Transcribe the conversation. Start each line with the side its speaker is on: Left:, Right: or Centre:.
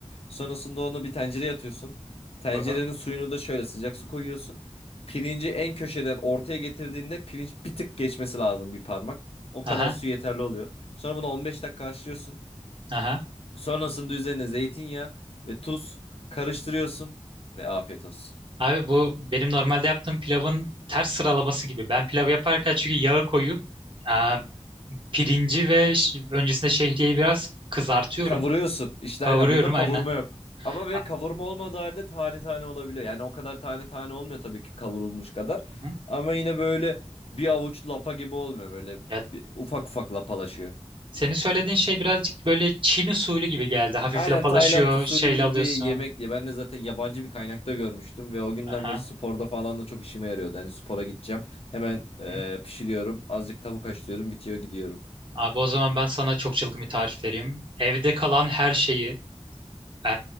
Left: Sonrasında onu bir tencereye atıyorsun. Tencerenin
Right: Aha.
Left: suyunu da şöyle sıcak su koyuyorsun. Pirinci en köşeden ortaya getirdiğinde pirinç bir tık geçmesi lazım bir parmak. O kadar
Right: Aha.
Left: su yeterli oluyor. Sonra bunu 15 dakika haşlıyorsun.
Right: Aha.
Left: Sonrasında üzerine zeytinyağı ve tuz karıştırıyorsun ve afiyet olsun.
Right: Abi bu benim normalde yaptığım pilavın ters sıralaması gibi. Ben pilav yaparken çünkü yağı koyup e, pirinci ve ş- öncesinde şehriyeyi biraz kızartıyorum.
Left: Kavuruyorsun. İşte
Right: Kavuruyorum
Left: aynen bunda kavurma
Right: aynen.
Left: yok. Ama ve
Right: Ha-
Left: kavurma olmadığı halde tane tane olabiliyor. Yani o kadar tane tane olmuyor tabii ki kavrulmuş kadar.
Right: Hı-hı.
Left: Ama yine böyle bir avuç lapa gibi olmuyor. Böyle
Right: Ya,
Left: bir, ufak ufak lapalaşıyor.
Right: senin söylediğin şey birazcık böyle Çin usulü gibi geldi. Hafif
Left: Aynen
Right: lapalaşıyor,
Left: Tayland usulü
Right: şeyle
Left: gibi
Right: alıyorsun.
Left: bir yemek diye. Ben de zaten yabancı bir kaynakta görmüştüm. Ve o günden
Right: Aha.
Left: beri sporda falan da çok işime yarıyordu. Hani spora gideceğim. Hemen eee,
Right: Hı.
Left: pişiriyorum. Azıcık tavuk haşlıyorum. Bitiyor gidiyorum.
Right: Abi o zaman ben sana çok çılgın bir tarif vereyim. Evde kalan her şeyi Ee,